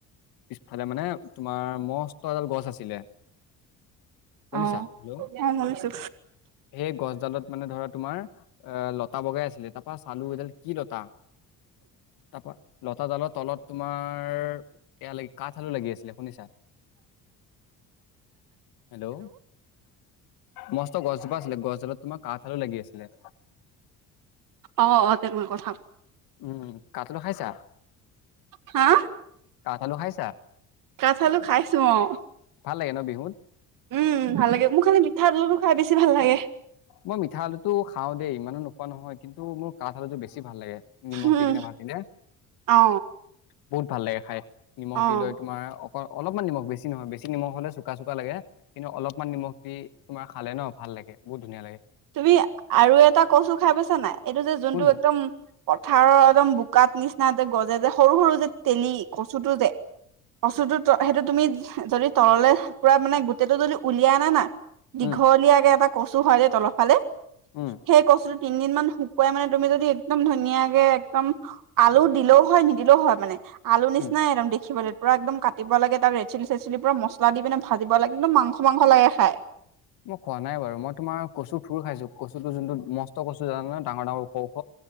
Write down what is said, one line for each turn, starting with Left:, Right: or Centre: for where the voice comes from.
Left: পিছফালে মানে তোমাৰ মস্ত এডাল গছ আছিলে। শুনিছা
Right: অ
Left: হেল্ল
Right: শুনিছো
Left: সেই, গছডালত মানে ধৰা তোমাৰ অ, 'লতা বগাই আছিলে তাৰপা চালো এডাল কি লতা তাৰপা লতাডালৰ তলত তোমাৰ এয়া, লাগি কাঠ আলু লাগি আছিলে শুনিছা হেল্ল মস্ত গছ এজোপা আছিলে গছডালত তোমাৰ কাঠ আলু লাগি আছিলে।
Right: অ অ তেনেকুৱা কথা
Left: উম, কাঠআলু খাইছা
Right: হা,
Left: কাঠ আলু খাইছা?
Right: কাঠআলু খাইছো অ'।
Left: ভাল লাগে ন বিহুত?
Right: উম ভাল লাগে। মোৰ খালি মিঠা আলুটো খাই বেছি ভাল লাগে।
Left: মই মিঠা আলুটো খাওঁ দেই, ইমানো নোখোৱা নহয়। কিন্তু মোৰ কাঠ আলুটো বেছি ভাল লাগে। নিমখ
Right: উম
Left: দি কিনে ভাজিলে,
Right: অ
Left: বহুত ভাল লাগে খাই। নিমখ
Right: অ
Left: দি লৈ তোমাৰ, অ অলপমান নিমখ বেছি নহয়। বেছি নিমখ হ'লে চোকা চোকা লাগে। কিন্তু অলপমান নিমখ দি তোমাৰ খালে ন ভাল লাগে। বহুত ধুনীয়া লাগে।
Right: তুমি আৰু এটা কচু খাই পাইছা নাই এইটো যে যোনটো
Left: কোনটো
Right: একদম, পথাৰৰ একদম বোকাত নিচিনা যে গজে যে সৰু সৰু যে তেলি কচুটো যে। কচুটো সেইটো তুমি যদি তললে পুৰা মানে গোটেইটো যদি, উলিয়াই আনা না দীঘলীয়াকে
Left: উম
Right: এটা কচু হয় দেই তলৰ ফালে
Left: উম
Right: সেই কচুটো তিনদিন মান শুকুৱাই মানে তুমি যদি একদম ধুনীয়াকে একদম আলু দিলেও হয় নিদিলেও হয় মানে আলু নিচিনাই
Left: উম
Right: একদম দেখিবলে পুৰা একদম কাটিব লাগে তাত ৰেডচিলি-চেডচিলি পুৰা মছলা দি পিনে ভাজিব লাগে। একদম মাংস মাংস লাগে খাই।
Left: মই খোৱা নাই বাৰু। মই তোমাৰ কচু থুৰ খাইছো। কচুটো যোনটো মষ্ট কচু জানা নে ডাঙৰ-ডাঙৰ ওখ-ওখ।